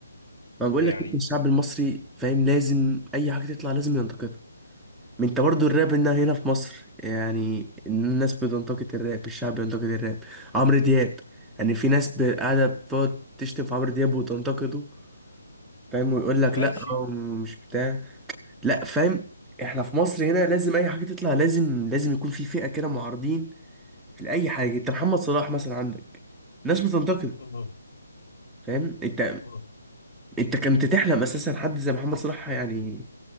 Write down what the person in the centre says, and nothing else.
ما بقول
لك إنت الشعب المصري فاهم لازم اي حاجه تطلع لازم ينتقدها ما انت برضو الراب هنا هنا في مصر يعني الناس بتنتقد الراب الشعب بينتقد الراب عمرو دياب يعني في ناس ب- قاعدة بتقعد تشتم في عمرو دياب وتنتقده فاهم ويقول لك
لا هو مش بتاع لا فاهم احنا في مصر هنا لازم اي حاجة تطلع لازم لازم يكون في فئة كده معارضين لأي حاجة انت محمد صلاح مثلا عندك ناس بتنتقد
فاهم انت
انت كنت تحلم اساسا حد زي محمد صلاح يعني